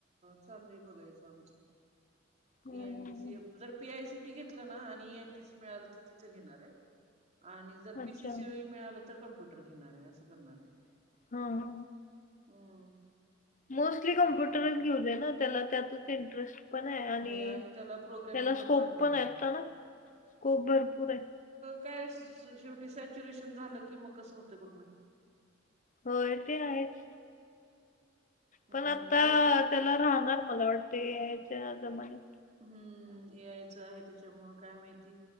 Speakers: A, on the right (about 35°); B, on the left (about 40°).
A: चांलय बघायचं आमचं
B: हम्म.
A: एनटीसी जरं पीआय सीटी घेतलं नां आणि एनटीसी मिळालं तरं तिथं घेणारं आहे आणि जरं
B: अच्छा
A: पीसीसी
B: हा
A: ओई मिळालं तरं कम्प्युंटर घेणारं आहे असं करणारं आहे
B: हा
A: हम्मं
B: मोस्टली कम्प्युंटरचं घेऊ दे नां त्यांला त्यांतच इंटरेस्ट इंटरेस्ट पणं आहे आणि
A: आहे त्याला प्रोग्रामिंग
B: त्यांला
A: पण
B: स्कोप
A: चांगलं आहे
B: पणं
A: ग
B: आहेता नां स्कोप भरंपूर आहे
A: कायं शेवटी सॅच्युरेशन झालं की मंग कसं होतं बघणं
B: होयं ते आहेतं
A: हम्म
B: पणं आंता
A: सगळी
B: त्यांला राहणांर मलां वाटते यांच्या जमानेत
A: हम्मं ए यायचं आहे त्यांच्यामुळे कायं माहिती